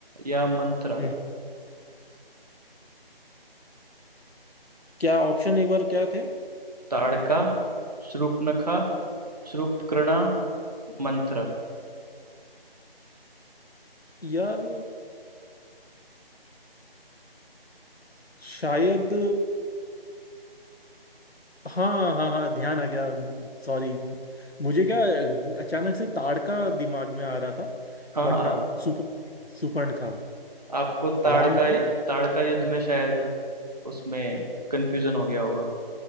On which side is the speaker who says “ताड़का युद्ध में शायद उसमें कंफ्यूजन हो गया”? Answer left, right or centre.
Right